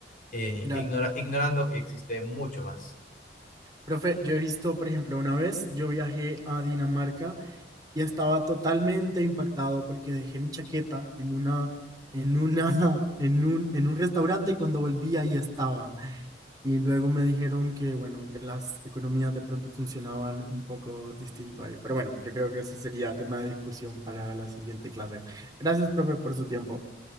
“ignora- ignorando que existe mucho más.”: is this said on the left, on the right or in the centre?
Left